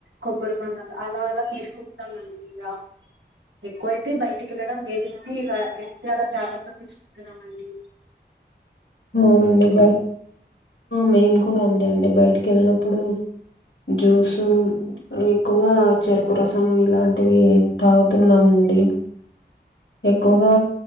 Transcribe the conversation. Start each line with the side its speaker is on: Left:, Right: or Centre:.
Right: కొబ్బరి బొండాలు అలా అలా తీసుకుంటాండి ఇక ఎక్కువైతే బయట ఇంటికెళ్లడం లేదుగాని ఇలా ఎంత ఎలా జాగ్రత్తలు తీసుకుంటున్నమండి
Left: అవునండి బ మేము కూడా అంతే అండి బయటకి వెళ్ళినప్పుడు జ్యూసు ఎక్కువగా చెరుకు రసము ఇలాంటివి తాగుతున్నామండి ఎక్కువగా